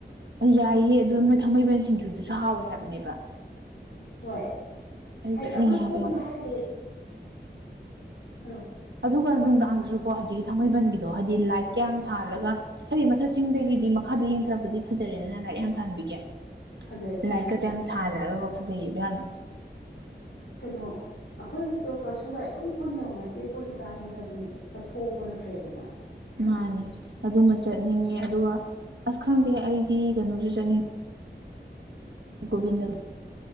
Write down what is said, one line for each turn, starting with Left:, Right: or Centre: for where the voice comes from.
Right: ꯑ ꯌꯥꯏꯌꯦ ꯑꯗꯨ ꯅꯣꯏ ꯊꯥꯡꯃꯩꯕꯟ ꯁꯤꯡꯖꯨꯗꯨꯁꯨ ꯍꯥꯎꯋꯦ ꯍꯥꯏꯕꯅꯦꯕ
Left: ꯍꯣꯏ
Right: ꯑꯩ
Left: ꯍꯥꯏꯗꯤ
Right: ꯆꯠꯅꯤꯡꯉꯦ
Left: ꯑꯩꯈꯣꯏ
Right: ꯍꯥꯏꯕ
Left: ꯄꯨꯟꯕ
Right: ꯌꯥꯝ
Left: ꯍꯥꯏꯁꯦ ꯀꯩꯅꯣ
Right: ꯑꯗꯨꯒ ꯅꯨꯡꯗꯥꯡꯗꯁꯨꯀꯣ ꯍꯧꯖꯤꯛꯀꯤ ꯊꯥꯡꯃꯩꯕꯟꯒꯤꯗꯣ ꯍꯥꯏꯗꯤ ꯂꯥꯏꯠꯀ ꯌꯥꯝ ꯊꯥꯜꯂꯒ ꯍꯥꯏꯗꯤ ꯃꯊꯛ ꯆꯤꯡꯗꯒꯤꯗꯤ ꯃꯈꯥꯗ ꯌꯦꯡꯊꯔꯛꯄꯗꯤ ꯐꯖꯔꯦꯗꯅ ꯂꯥꯏꯠ ꯌꯥꯝ ꯊꯥꯟꯕꯒꯤ
Left: ꯐꯖꯩꯌꯦ
Right: ꯂꯥꯏꯠ ꯀꯗꯨ ꯌꯥꯝ ꯊꯥꯜꯂꯒ ꯐꯖꯩꯌꯦꯕ ꯌꯥꯝꯅ
Left: ꯀꯩꯅꯣ ꯑꯩꯈꯣꯏꯁꯨ ꯀꯩꯁꯨ ꯍꯥꯏ ꯑꯗꯨꯝ ꯄꯨꯟꯗꯧ ꯅꯠꯇꯦ ꯄꯨꯜꯂꯤꯀꯥꯟꯁꯤꯗ ꯑꯗꯨꯝ ꯆꯠꯊꯣꯛꯍꯧꯕꯅ ꯐꯩꯌꯦꯗꯅ
Right: ꯃꯥꯅꯦ ꯑꯗꯨꯃ ꯆꯠꯅꯤꯡꯉꯦ ꯑꯗꯨꯒ ꯑꯁ ꯈꯪꯗꯦ ꯑꯩꯗꯤ ꯀꯩꯅꯣꯁꯨ ꯆꯠꯅꯤꯡꯉꯦ ꯒꯣꯕꯤꯟꯗ